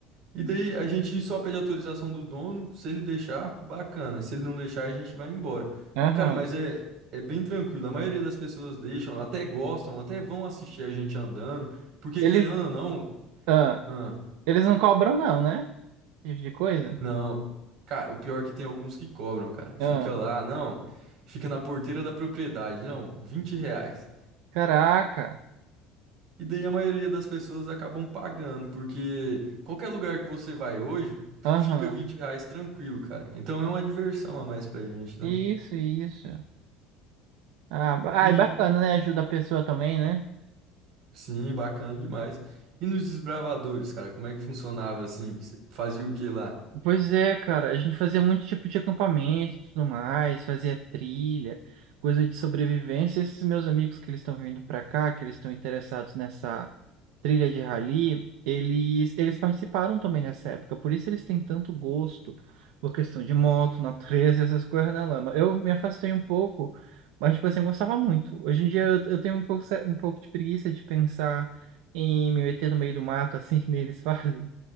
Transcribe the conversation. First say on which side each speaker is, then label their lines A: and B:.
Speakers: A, on the right; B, on the right.
A: E daí a gente só pede autorização do dono, se ele deixar, bacana. Se ele não deixar, a gente vai embora.
B: Aham.
A: Cara, mas é, é bem tranquilo. A maioria das pessoas deixam, até gostam, até vão assistir a gente andando, porque
B: Eles,
A: querendo ou não,
B: ah,
A: ah,
B: eles não cobram não, né? Esse tipo de coisa.
A: não. Cara, o pior é que tem alguns que cobram, cara. Fica
B: Ah,
A: lá, não. Fica na porteira da propriedade, não, 20 reais.
B: caraca.
A: E daí a maioria das pessoas acabam pagando, porque qualquer lugar que você vai hoje, fica
B: Aham.
A: 20 reais tranquilo, cara. Então é uma diversão a mais pra gente,
B: Isso,
A: né?
B: isso. Ah, ba-
A: E
B: ai, bacana, né? Ajuda a pessoa também, né?
A: sim, bacana demais. E nos desbravadores, cara, como é que funcionava assim? Cê Fazia o que lá?
B: Pois é, cara. A gente fazia muito tipo de acampamento e tudo mais, fazia trilha, coisa de sobrevivência. Esses meus amigos que eles estão vindo pra cá, que eles estão interessados nessa trilha de rally, eles, eles participaram também nessa época, por isso eles têm tanto gosto por questão de moto, natureza, essas coisas na lama. Eu me afastei um pouco, mas, tipo assim, eu gostava muito. Hoje em dia eu, eu tenho um pouco, se- um pouco de preguiça de pensar em me meter no meio do mato, assim <laughs> que nem eles <laughs> fazem.